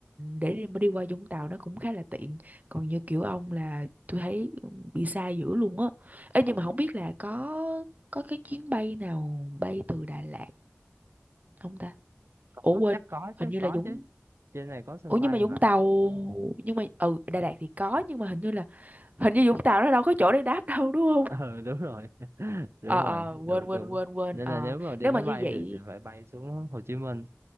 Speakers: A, on the right; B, on the right.
A: để đi, mà đi qua Vũng Tàu nó cũng khá là tiện còn như kiểu ông là tôi thấy bị xa dữ luôn á Ê, nhưng
B: cũng
A: mà không biết là có có cái chuyến bay nào bay từ Đà Lạt không ta
B: có
A: ủa quên
B: chắc có
A: hình
B: chứ
A: như
B: có
A: là Vũng
B: chứ trên này có sân
A: ủa nhưng
B: bay
A: mà
B: mà
A: Vũng Tàu nhưng mà ừ Đà Lạt thì có nhưng mà hình như là hình như Vũng Tàu nó đâu có chỗ để đáp đâu đúng
B: <laughs>
A: không
B: ờ đúng rồi <laughs> đúng rồi
A: ờ ờ
B: đúng,
A: quên quên
B: đúng.
A: quên quên
B: nên
A: ờ
B: là nếu mà đi
A: nếu
B: máy
A: mà như
B: bay
A: vậy
B: thì sẽ phải bay xuống Hồ Chí Minh